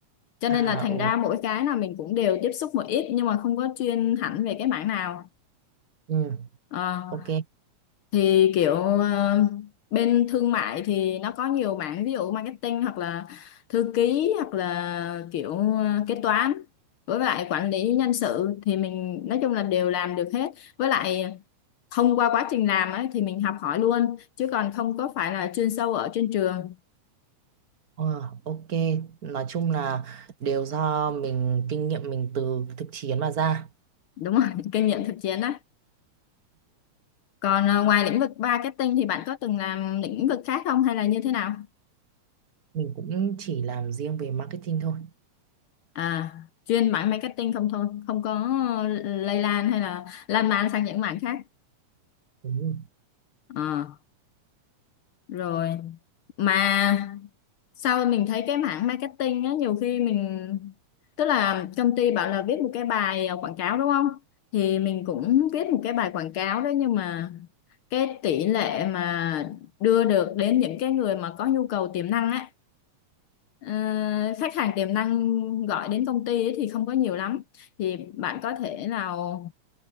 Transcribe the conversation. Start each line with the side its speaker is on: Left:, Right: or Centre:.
Left: cho
Right: À
Left: nên là thành
Right: ừ,
Left: ra mỗi cái là mình cũng đều tiếp xúc một ít nhưng mà không có chuyên hẳn về cái mảng nào
Right: ừ
Left: Ờ,
Right: ok.
Left: thì kiểu ờ, bên thương mại thì nó có nhiều mảng ví dụ marketing hoặc là thư ký hoặc là kiểu ờ, kế toán với lại quản lý nhân sự thì mình nói chung là đều làm được hết với lại thông qua quá trình làm ấy thì mình học hỏi luôn chứ còn không có phải là chuyên sâu ở trên trường
Right: Ờ, ok, nói chung là đều do mình kinh nghiệm mình từ thực chiến mà ra.
Left: đúng rồi <laughs> kinh nghiệm thực chiến á còn ờ, ngoài lĩnh vực marketing thì bạn có từng làm lĩnh vực khác không hay là như thế nào
Right: Mình cũng chỉ làm riêng về marketing thôi.
Left: à chuyên mảng marketing không thôi không có lây lan hay là lan man sang những mảng khác
Right: Đúng rồi.
Left: Ờ, rồi mà sau mình thấy cái mảng marketing á nhiều khi mình tức là công ty bảo là viết một cái bài ờ, quảng cáo đúng không thì mình cũng viết một cái bài quảng cáo đấy nhưng mà cái tỷ lệ mà đưa được đến những cái người mà có nhu cầu tiềm năng á Ờ, khách hàng tiềm năng gọi đến công ty ấy thì không có nhiều lắm thì bạn có thể nào